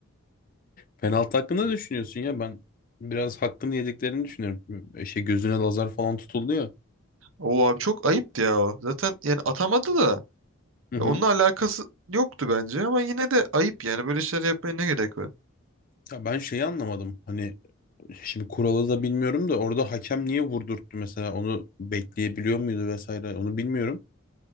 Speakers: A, on the left (about 40°); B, on the right (about 65°).
A: Penaltı hakkında ne düşünüyorsun ya? Ben biraz hakkını yediklerini düşünüyorum. E, Şey gözüne lazer falan tutuldu ya.
B: O abi çok ayıptı ya o. Zaten yani atamadı da.
A: Hı hı.
B: Ya onunla alakası yoktu bence ama yine de ayıp yani böyle şeyler yapmaya ne gerek var?
A: Ya ben şeyi anlamadım. Hani şimdi kuralı da bilmiyorum da orada hakem niye vurdurttu mesela? Onu bekleyebiliyor muydu vesaire? Onu bilmiyorum.